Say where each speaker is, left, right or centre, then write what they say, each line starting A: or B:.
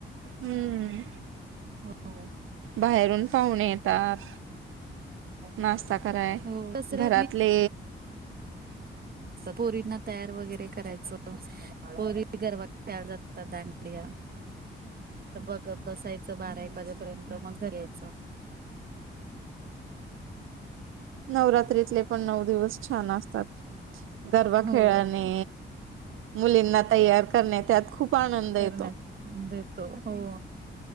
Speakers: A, on the right; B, on the right.
A: हम्म.
B: हो.
A: बाहेरून पाहून येतात.
B: <unintelligible>
A: नाश्ता कराय
B: तसं
A: घरातले
B: पोरींना तयार वगैरे करायचं पोरी गरबा खेळायला जातात दांडिया, बघत बसायच बारा एक वाजेपर्यंत, मग घरी यायचं.
A: नवरात्रीतले पण नऊ दिवस छान असतात, गरबा
B: हो
A: खेळाणे मुलींना तयार करणे, त्यात खूप आनंद येतो.
B: करण्यात देतो हो.